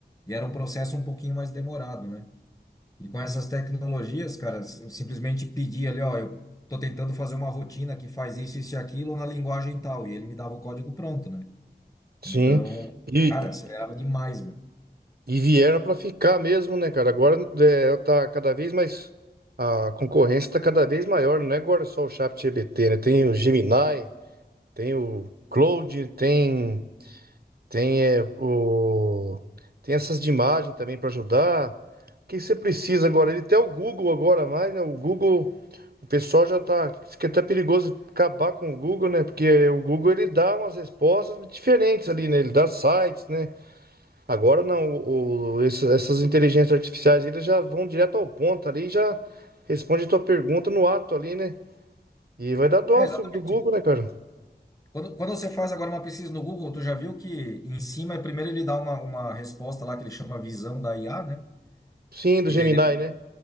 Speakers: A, on the left; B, on the right.
A: E era um processo um pouquinho mais demorado, né? E com essas tecnologias, cara, eu simplesmente pedi ali, ó, eu tô tentando fazer uma rotina que faz isso, isso e aquilo na linguagem tal, e ele me dava o código pronto, né?
B: sim.
A: Então,
B: E,
A: cara, acelerava demais, meu.
B: e vieram para ficar mesmo, né, cara? Agora é, tá cada vez mais. A concorrência tá cada vez maior. Não é agora só o ChatGPT, né? Tem o Gemini, tem o Claude, tem. Tem, é, o... Tem essas de imagem também para ajudar. O que você precisa agora? Ele tem o Google agora mais, né? O Google, o pessoal já tá. Isso que é até perigoso acabar com o Google, né? Porque o Google ele dá umas respostas diferentes ali, né? Ele dá sites, né? Agora não, o, o- esses- essas inteligências artificiais eles já vão direto ao ponto ali e já responde a tua pergunta no ato ali, né? E vai dar dó
A: É, exatamente.
B: se o do Google, né, cara?
A: Quando, quando você faz agora uma pesquisa no Google, tu já viu que em cima, primeiro ele dá uma, uma resposta lá que ele chama visão da IA, né?
B: Sim, do
A: E
B: Gemini,
A: daí, de-
B: né?